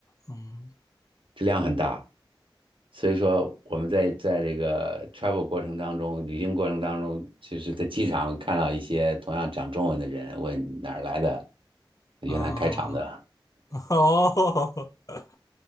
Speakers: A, on the left; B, on the right.
A: 嗯
B: 质量很大。所以说我们在在这个 travel 过程当中，旅行过程当中，其实在机场看到一些同样讲中文的人，问你哪儿来的，越南开厂的，
A: 啊。哦，<laughs>